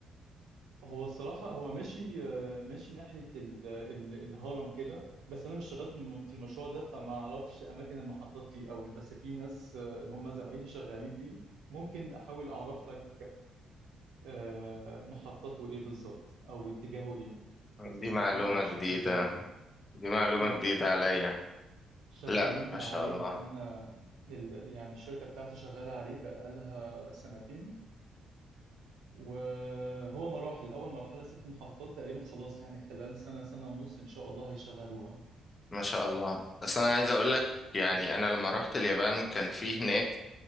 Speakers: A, on the right; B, on the left.
A: هو الصراحة هو ماشي آه، ماشي ناحية ال ال الهرم كده بس أنا مش شغال في الم- في المشروع ده فما أعرفش أماكن المحطات فيه قوي بس في ناس آه، اللي هم زمايلي شغالين فيه ممكن أحاول أعرف لك آه، محطته إيه بالظبط أو اتجاهه إيه بس
B: دي
A: الصراحة
B: معلومه
A: ما أعرفش
B: جديده
A: تفاصيل كتير
B: دي معلومه
A: مم.
B: جديده عليا
A: شغالين
B: لا ما شاء
A: عليه
B: الله
A: بقالنا ال- يعني الشركة بتاعتي شغالة عليه بقالها سنتين وهو مراحل أول مرحلة ست محطات تقريبا خلاص يعني خلال سنة سنة ونص إن شاء الله هيشغلوها
B: ما شاء الله بس انا عايز اقول لك يعني انا لما رحت اليابان كان في هناك